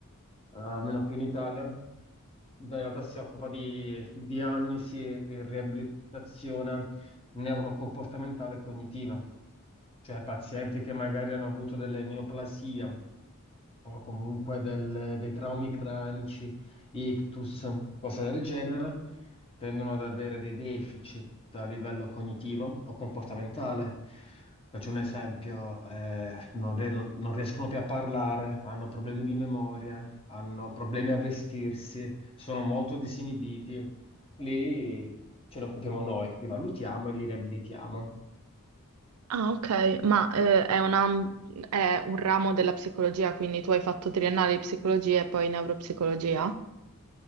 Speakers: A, on the left (about 25°); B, on the right (about 80°).
A: eh, almeno qui in Italia. In realtà si occupa di diagnosi e e riabilitazione neurocomportamentale e cognitiva, cioè pazienti che magari hanno avuto delle neoplasie o comunque del- dei traumi cranici, ictus, cose del genere, tendono ad avere dei deficit a livello cognitivo o comportamentale. Faccio un esempio, eh, non, re- non- non riescono più a parlare, hanno problemi di memoria, hanno problemi a vestirsi, sono molto disinibiti. Lì ce ne occupiamo noi, li valutiamo e li riabilitiamo.
B: Ah, ok, ma eh, è una- è un ramo della psicologia, quindi tu hai fatto triennale di psicologia e poi neuropsicologia?